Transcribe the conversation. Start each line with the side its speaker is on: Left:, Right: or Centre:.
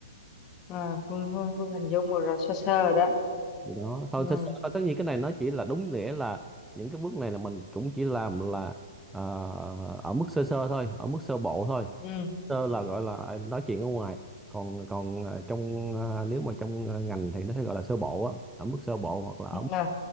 Left: à Phương, Phương, Phương hình dung một rồi sơ sơ rồi đó
Centre: thì đó thôi
Left: ừ
Centre: thật sự là tất nhiên cái này nó chỉ là đúng nghĩa là những cái bước này là mình cũng chỉ làm là à, ở mức sơ sơ thôi ở mức sơ bộ thôi
Left: ừ
Centre: sơ là gọi là à, nói chuyện ở ngoài còn còn à, trong à, nếu mà trong à, ngành thì nó sẽ gọi là sơ bộ á ở mức sơ bộ hoặc là ở
Left: Ừ, rồi